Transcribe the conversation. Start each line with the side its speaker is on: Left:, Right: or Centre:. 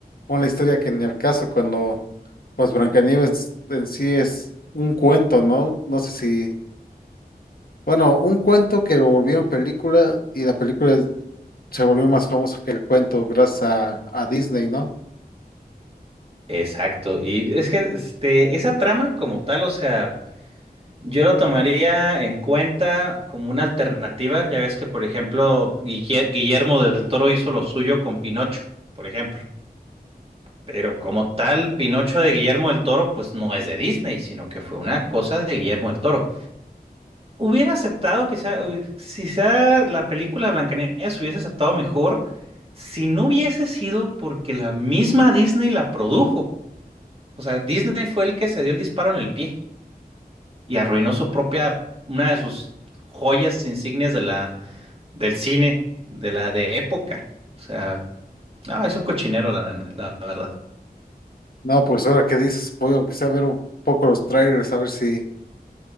Left: una historia que ni al caso, cuando pues Brancanieves en sí es un cuento, ¿no? No sé si, bueno, un cuento que lo volvieron película y la película se volvió más famosa que el cuento gracias a, a Disney, ¿no?
Right: Exacto, y es que este, esa trama como tal, o sea... Yo lo tomaría en cuenta como una alternativa. Ya ves que, por ejemplo, Guille- Guillermo del Toro hizo lo suyo con Pinocho, por ejemplo. Pero como tal, Pinocho de Guillermo del Toro, pues no es de Disney, sino que fue una cosa de Guillermo del Toro. Hubiera aceptado, quizá, eh, quizá la película Blancanieves hubiese aceptado mejor si no hubiese sido porque la misma Disney la produjo. O sea, Disney fue el que se dio el disparo en el pie. y arruinó su propia, una de sus joyas insignias de la, del cine, de la de época. O sea, no, es un cochinero la, nanda- la verdad.
Left: No, pues ahora que dices, puedo que sea ver un poco los trailers, a ver si